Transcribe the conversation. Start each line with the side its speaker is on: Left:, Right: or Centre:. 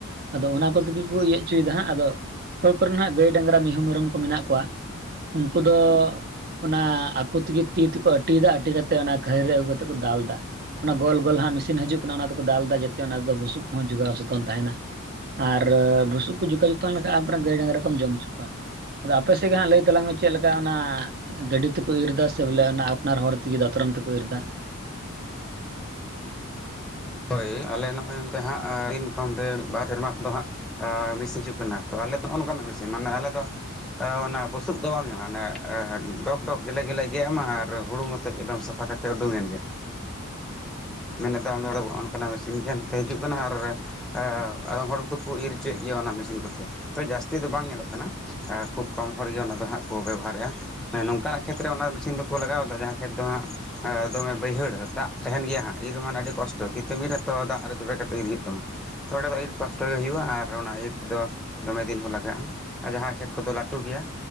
Right: ᱟᱫᱚ ᱚᱱᱟ ᱠᱚ ᱛᱮᱜᱮ ᱠᱚ ᱤᱭᱟᱹ ᱚᱪᱚᱭᱫᱟ ᱦᱟᱸᱜ ᱟᱫᱚ ᱚᱠᱚᱭ ᱠᱚᱨᱮᱱ ᱦᱟᱸᱜ ᱜᱟᱹᱭ ᱰᱟᱝᱨᱟ ᱢᱤᱦᱩ ᱢᱮᱨᱚᱢ ᱠᱚ ᱢᱮᱱᱟᱜ ᱠᱚᱣᱟ᱾ ᱩᱱᱠᱩ ᱫᱚ ᱚᱱᱟ ᱟ ᱠᱚ ᱛᱮᱜᱮ ᱛᱤ ᱛᱮᱠᱚ ᱟᱹᱴᱤᱭᱮᱫᱟ ᱟᱹᱴᱤ ᱠᱟᱛᱮ ᱚᱱᱟ ᱠᱷᱟᱹᱨᱟᱹᱭ ᱨᱮ ᱟᱹᱜᱩ ᱠᱟᱛᱮᱜ ᱠᱚ ᱫᱟᱞ ᱫᱟ᱾ ᱚᱱᱟ ᱜᱚᱞ ᱜᱚᱞ ᱦᱟᱸᱜ ᱢᱮᱥᱤᱱ ᱦᱤᱡᱩᱜ ᱠᱟᱱᱟ ᱚᱱᱟ ᱛᱮᱠᱚ ᱫᱟᱞ ᱫᱟ ᱡᱮᱛᱮ ᱚᱱᱟ ᱨᱮᱫᱚ ᱵᱩᱥᱩᱵ ᱦᱚᱸ ᱡᱚᱜᱟᱣ ᱡᱚᱛᱚᱱ ᱛᱟᱦᱮᱸᱱᱟ᱾ ᱟᱨ ᱵᱩᱥᱩᱵ ᱠᱚ ᱡᱚᱜᱟᱣ ᱡᱚᱛᱚᱱ ᱞᱮᱠᱷᱟᱡ ᱟᱢ ᱨᱮᱱ ᱜᱟᱹᱭ ᱰᱟᱝᱨᱟ ᱠᱚᱢ ᱡᱚᱢ ᱦᱚᱪᱚ ᱠᱚᱣᱟ᱾ ᱟᱫᱚ ᱟᱯᱮ ᱥᱮᱫ ᱜᱮ ᱦᱟᱸᱜ ᱞᱟᱹᱭ ᱛᱟᱞᱟᱝ ᱢᱮ ᱪᱮᱫ ᱞᱮᱠᱟ ᱚᱱᱟ ᱜᱟᱹᱰᱤ ᱛᱮᱠ ᱠᱚ ᱤᱨ ᱫᱟ ᱥᱮ ᱵᱚᱞᱮ ᱚᱱᱟ ᱟᱯᱱᱟᱨ ᱦᱚᱲ ᱛᱮᱜᱮ ᱫᱟᱛᱨᱚᱢ ᱛᱮᱠᱚ ᱤᱨ ᱫᱟ᱾
Centre: ᱦᱳᱭ ᱟᱞᱮ ᱱᱚᱜᱼᱚᱭ ᱮᱱᱛᱮ ᱦᱟᱸᱜ ᱛᱤᱱ <unintelligible> ᱢᱤᱫ ᱵᱟᱨ ᱥᱮᱨᱢᱟ ᱠᱷᱚᱱ ᱫᱚ ᱦᱟᱸᱜ ᱟ ᱢᱤᱥ ᱦᱤᱡᱩᱜ ᱠᱟᱱᱟ ᱛᱚ ᱟᱞᱮ ᱫᱚ ᱱᱚᱜ ᱱᱚᱝᱠᱟᱱᱟᱜ ᱢᱮᱥᱤᱱ ᱢᱟᱱᱮ ᱟᱞᱮ ᱫᱚ ᱮ ᱚᱱᱟ ᱵᱩᱥᱩᱵᱽ ᱫᱚ ᱵᱟᱢ ᱧᱟᱢᱟ ᱚᱱᱮ ᱰᱚᱜᱽ ᱰᱚᱜᱽ ᱜᱮᱞᱮ ᱜᱮᱞᱮ ᱜᱮᱫ ᱟᱢᱟ ᱟᱨ ᱦᱩᱲᱩ ᱢᱚᱛᱚᱡ ᱮᱠᱫᱚᱢ ᱥᱟᱯᱷᱟ ᱠᱟᱛᱮ ᱛᱮ ᱩᱰᱩᱜᱮᱱ ᱜᱮ᱾ ᱢᱮᱱᱮᱫ ᱫᱚ ᱟᱢ ᱫᱚ ᱚᱱᱟ ᱫᱚ ᱚᱱᱠᱟᱱᱟᱜ ᱢᱮᱥᱤᱱ ᱜᱮ ᱦᱟᱸᱱ ᱱᱚᱛᱮ ᱦᱤᱡᱩᱜ ᱠᱟᱱᱟ ᱟᱨ ᱟ ᱟᱫᱚᱢ ᱦᱚᱲ ᱠᱚᱫᱚᱠᱚ ᱤᱨ ᱦᱚᱪᱚᱭᱮᱫ ᱜᱮᱭᱟ ᱚᱱᱟ ᱢᱮᱥᱤᱱ ᱠᱚᱛᱮ, ᱛᱚ ᱡᱟᱹᱥᱛᱤ ᱫᱚ ᱵᱟᱝ ᱧᱮᱞᱚᱜ ᱠᱟᱱᱟ᱾ ᱟ ᱠᱷᱩᱵ ᱠᱚᱢ ᱦᱚᱲᱜᱮ ᱚᱱᱟ ᱫᱚ ᱦᱟᱸᱜ ᱠᱚ ᱵᱮᱵᱷᱟᱨᱮᱜᱼᱟ᱾ ᱢᱟᱱᱮ ᱱᱚᱝᱠᱟᱱᱟᱜ ᱠᱷᱮᱛᱨᱮ ᱚᱱᱟ ᱢᱮᱥᱤᱱ ᱫᱚᱠᱚ ᱞᱟᱜᱟᱣ ᱫᱟ ᱡᱟᱦᱟᱸ ᱠᱷᱮᱪ ᱫᱚ ᱦᱟᱸᱜ ᱦᱮᱸ ᱫᱚᱢᱮ ᱵᱟᱹᱭᱦᱟᱹᱲ ᱫᱟᱜ ᱛᱟᱦᱮᱸᱱ ᱜᱮᱭᱟ ᱦᱟᱸᱜ ᱾ ᱤᱨ ᱨᱮ ᱢᱟᱱᱮ ᱟᱹᱰᱤ ᱠᱚᱥᱴᱚ ᱛᱤᱛᱮᱢ ᱤᱨᱟ ᱛᱚ ᱫᱟᱜ ᱨᱮ ᱡᱚᱵᱮ ᱠᱟᱛᱮᱜ ᱤᱨ ᱦᱩᱭᱩᱜ ᱛᱟᱢᱟ᱾ ᱛᱚ ᱚᱸᱰᱮ ᱫᱚ ᱤᱨ ᱠᱚᱥᱴᱚ ᱜᱮ ᱦᱩᱭᱩᱜᱼᱟ ᱟᱨ ᱚᱱᱟ ᱤᱨ ᱛᱮᱫᱚ ᱫᱚᱢᱮ ᱫᱤᱱ ᱦᱚᱸ ᱞᱟᱜᱟᱜᱼᱟ᱾ ᱟᱨ ᱡᱟᱦᱟᱸ ᱠᱷᱮᱛ ᱠᱚᱫᱚ ᱞᱟᱹᱴᱩ ᱜᱮᱭᱟ